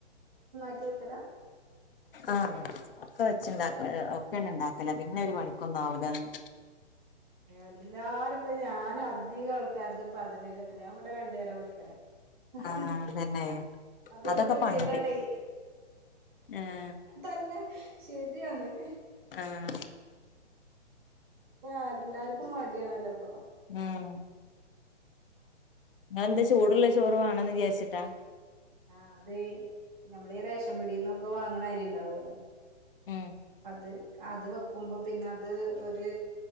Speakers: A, on the right; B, on the left.
A: ഇതൊക്കലാ
B: ആ ഒക്കെ വെച്ചിണ്ടാക്കലാ ഒക്കെയയണ്ട് ഇണ്ടാക്കലാ പിന്നൊരു മണിക്കൊന്നാവൂലാന്ന്
A: എല്ലാരുപ്പം ഞാനധിക ആൾക്കാർതുപ്പം അതിന്നെ കേട്ട്നെ ഞാൻ ഇവിടെ രണ്ടുനേരാ വെക്കല് അ
B: ആഹ്
A: ഹ്
B: അതന്നെ
A: അതൊര്
B: അതൊക്കെ
A: കെദ്യേടാണേ
B: പണ്ട് ആഹ്
A: തന്നെ ശരിയാണ് <inaudible>
B: ആഹ്
A: പ്പെ എല്ലാർക്കും മടിയാണല്ലോ ഇപ്പൊ
B: ഉം നിങ്ങളെന്ത് ചൂടുള്ള ചോറ് വേണന്ന് വിചാരിച്ചിട്ടാ
A: ആ അത് ഞമ്മ മ്മള് ഈ റേഷം പിടീന്നൊക്കെ വാങ്ങണെ അരിണ്ടാവോലോ
B: ഉം
A: അത് അത് വെക്കുമ്പോ പിന്നെ അത് ഒരു